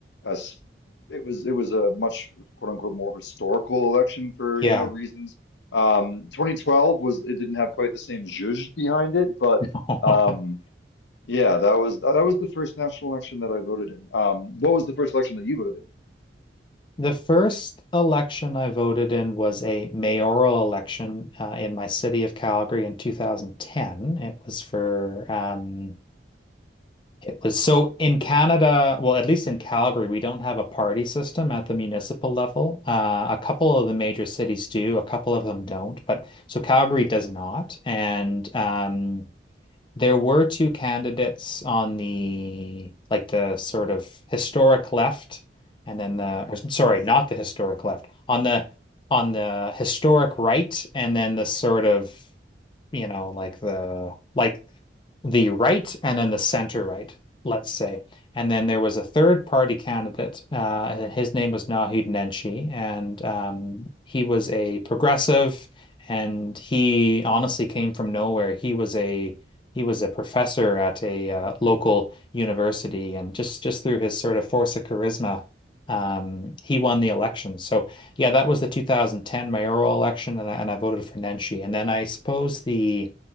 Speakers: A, on the left; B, on the left.
A: as It was it was a much quote unquote more historical election for
B: yeah.
A: you know reasons. Um, 2012 was it didn't have quite the same zhuzh behind it, but.
B: <laughs>
A: Um, yeah, that was that was the first national election that I voted in. Um, what was the first election that you voted
B: The first election I voted in was a mayoral election uh, in my city of Calgary in 2010. It was for um, It was so in Canada, well, at least in Calgary, we don't have a party system at the municipal level. Uh, a couple of the major cities do, a couple of them don't. But so Calgary does not. And um, there were two candidates on the like the sort of historic left, and then the or, sorry, not the historic left, on the on the historic right, and then the sort of you know like the like the right and then the center right, let's say. And then there was a third party candidate. Uh, his name was Nahid Nenshi, and um, he was a progressive, and he honestly came from nowhere. He was a he was a professor at a uh, local university, and just just through his sort of force of charisma, um, he won the election. So yeah, that was the 2010 mayoral election, and I, and I voted for Nenshi. And then I suppose the